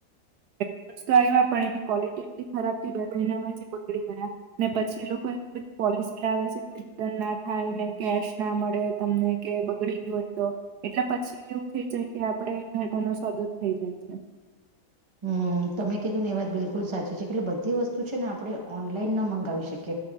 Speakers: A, on the right; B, on the right.
A: હેડફોન્સ તો આવ્યા પણ એની કવોલિટી એટલી ખરાબ કે બે મહિનામાં જ ઈ બગડી ગયા. ને પછી એ લોકો એવી બધી પોલિસી લાવે છે કે રિટર્ન ના થાય, ને કેશ ના મળે. તમને કે બગડી ગયું હોય. તો એટલે પછી એવું થઇ જાય કે આપણે ઘટનો સોદો જ થઇ જાય છે.
B: હમ તમે કીધું ને એ વાત બિલકુલ સાચ ચી છે કે એટલે બધી વસ્તુ છે ને આપણે ઓનલાઈન ના મંગાવી શકીએ.